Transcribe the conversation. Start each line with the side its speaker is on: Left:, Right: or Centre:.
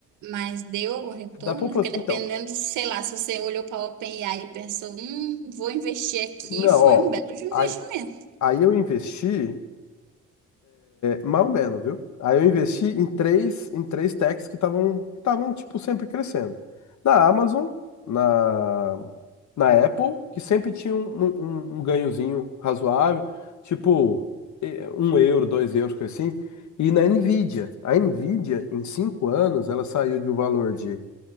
Right: Mas deu algum retorno?
Left: da poupança.
Right: Porque dependendo,
Left: Então,
Right: sei lá, se você olhou para a OpenAI e pensou, hum, vou investir aqui,
Left: não,
Right: foi
Left: ó.
Right: um belo de um
Left: Aí,
Right: investimento.
Left: aí eu investi. Mais ou menos, viu? Aí eu investi em três, em três techs que estavam, estavam tipo sempre crescendo. Na Amazon, na, na Apple, que sempre tinha um, um, um um ganhozinho razoável, tipo eh, um euro, dois euros, coisa assim. E na Nvidia. A Nvidia, em cinco anos, ela saiu de um valor de